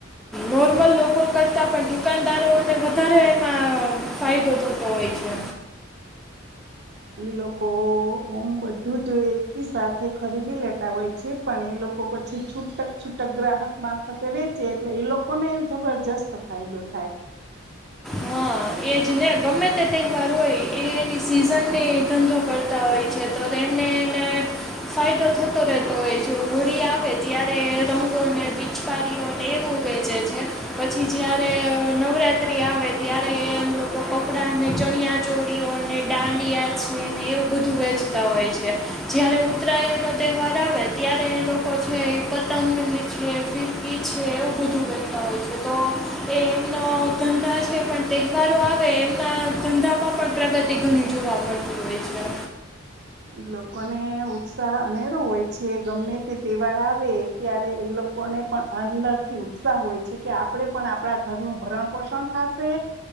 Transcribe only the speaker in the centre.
નોર્મલ લોકો કરતાં પણ દુકાનદારોને વધારે એમાં ફાયદો થતો હોય છે.
હા એ જ ને ગમે તે તહેવાર હોય એની સિઝનની ધંધો કરતા હોય છે તો એમને એને ફાયદો થતો રહેતો હોય જો હોળી આવે ત્યારે રંગોને પિચકારીઓને એવું વેચે છે પછી જ્યારે નવરાત્રી આવે. ત્યારે એ એમ લોકો કપડાંને ચણિયા ચોરીઓને દાંડિયા છે ને એવું બધું વેચતા હોય છે જ્યારે ઉત્તરાયણનો તહેવાર આવે ત્યારે એ લોકો છે પતંગ છે ફિરકી છે એવું બધું વેચતા હોય છે તો એ એમનો ધંધા છે પણ તહેવારો આવે એમના ધંધામાં પણ પ્રગતિ ઘણી જોવા મળતી હોય છે.